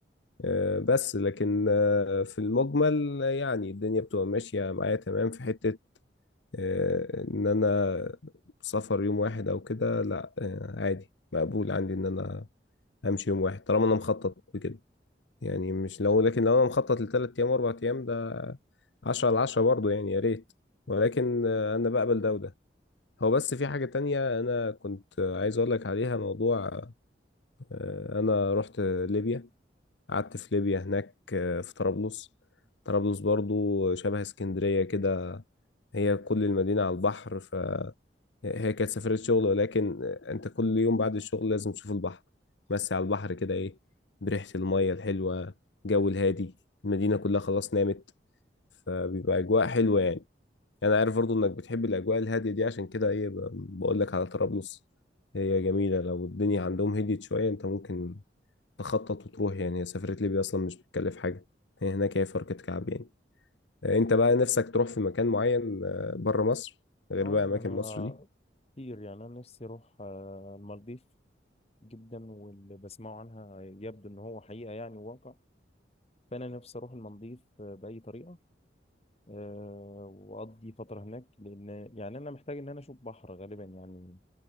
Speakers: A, on the left (about 80°); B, on the left (about 35°).
A: آه، بس لكن آه، في المجمل يعني الدنيا بتبقى ماشيه معايا تمام في حته آه، ان انا سفر يوم واحد او كده لا آه، عادي مقبول عندي ان انا امشي يوم واحد طالما انا مخطط بكده يعني مش لو لكن لو انا مخطط لثلاث ايام واربع ايام ده عشرة على عشرة برضه يعني يا ريت ولكن آه، انا بقبل ده وده هو بس في حاجة تانية انا كنت عايز اقول لك عليها موضوع آه، انا رحت ليبيا قعدت في ليبيا هناك آه، في طرابلس طرابلس برضه شبه اسكندرية كده هي كل المدينة على البحر هي كانت سفرية شغل ولكن أنت كل يوم بعد الشغل لازم تشوف البحر تمسي على البحر كده إيه بريحة المية الحلوة جو الهادي المدينة كلها خلاص نامت فبيبقى أجواء حلوة يعني أنا عارف برضو إنك بتحب الأجواء الهادية دي عشان كده إيه ب- بقولك على طرابلس هي جميلة لو الدنيا عندهم هديت شوية أنت ممكن تخطط وتروح يعني هي سفرية ليبيا أصلا مش بتكلف حاجة هي هناك هي فرقة كعب يعني أنت بقى نفسك تروح في مكان معين بره مصر غير
B: اه
A: بقى أماكن
B: انا
A: مصر دي
B: كتير يعني انا نفسي اروح آه، المالديف جدا واللي بسمعه عنها يبدو ان هو حقيقة يعني واقع فانا نفسي اروح المالديف آه، باي طريقة آه، واقضي فتره هناك لان يعني انا محتاج ان انا اشوف بحر غالبا يعني